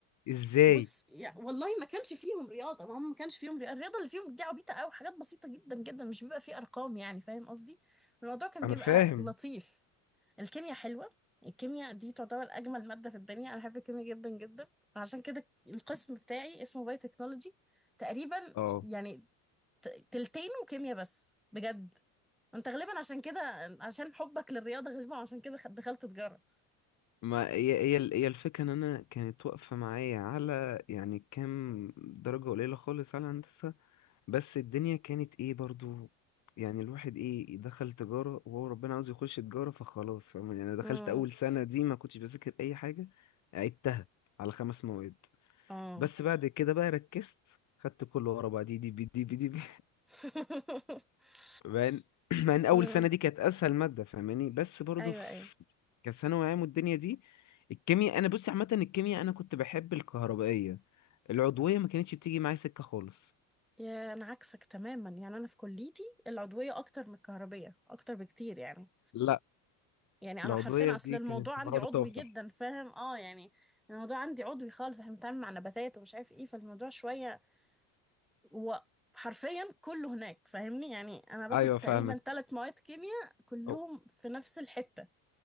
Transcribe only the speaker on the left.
ازاي
انا
فاهم
اه
ما هي هي ال- هي الفكرة ان انا كانت واقفة معايا على يعني كام درجة قليلة خالص على هندسة بس الدنيا كانت ايه برضو يعني الواحد ايه دخل تجارة وهو ربنا عاوز يخش تجارة فخلاص فاهم يعني انا دخلت
اول سنة دي ما كنتش بذاكر اي حاجة عدتها على خمس مواد
بس بعد كده بقى ركزت خدت كله ورا بعض دي دي بي دي بي دي
مع ان <clears throat> مع ان اول
سنه دي كانت اسهل ماده فاهماني بس برضو
في
كثانوي عام والدنيا دي الكيمياء انا بصي عامه الكيمياء انا كنت بحب الكهربائيه العضويه ما كانتش بتيجي معايا سكه خالص
لا
العضويه
دي
كانت
مرار
تفلح
ايوه
فاهمك
أو-